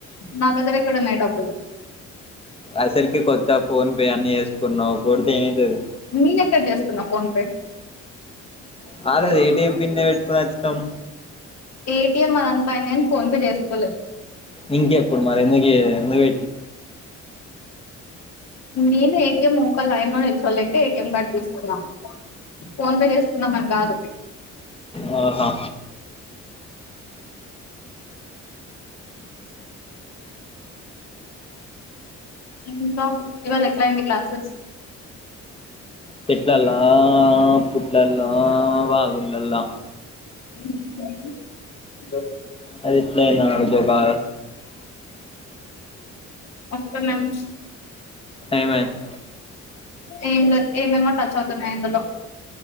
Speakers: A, on the left; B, on the left.
A: నాదగ్గర ఎక్కడున్నాయి డబ్బులు
B: అసలుకి కొత్త ఫోన్ పే అన్ని ఏసుకున్నావ్ కొడితే ఏమయితది
A: నేనెక్కడ చేస్తున్నా ఫోన్పే
B: కాలేదు ఏటిఎం పిన్నే పెట్టుకుని వచ్చినాం
A: ఏటీఎం అదంతా అయింది గాని ఫోన్ పే చేసుకోవలేదు
B: ఇంకే ఇప్పుడు మరి ఎందుకే ఎంత <inaudible>
A: నేను ఏటీఎం ఒకా లైన్ లో నిల్చోలేక ఏటీఎం కార్డు తీసుకున్నా ఫోన్ పే చేసుకుందాం అని కాదు
B: ఓహ ఆహా
A: ఇంకా ఇవాళ ఎట్లా అయింది క్లాసెస్
B: పెట్లలా పట్లలా వాగులలా
A: <unintelligible>
B: అది ఎట్లానాదు కా
A: ఒక్కన్నామ్
B: ఏమైంది
A: ఏం లే ఏమేమో టచ్ అవుతున్నాయి ఇందులో